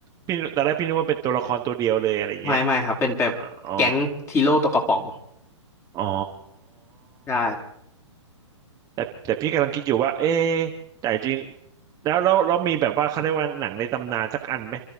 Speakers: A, on the right; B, on the left.
A: พี่ตอนแรกพี่นึกว่าเป็นตัวละครตัวเดียวเลยอะไรอย่างเงี้ย
B: ไม่ไม่ครับเป็นแบบแก๊งทีโร่ตกกระป๋อง
A: อ๋ออ๋อ
B: ใช่
A: แต่แต่พี่กำลังคิดอยู่ว่าเอ๊ะแต่จริงแล้วเราเรามีแบบว่าเขาเรียกว่าหนังในตำนานสักอันไหม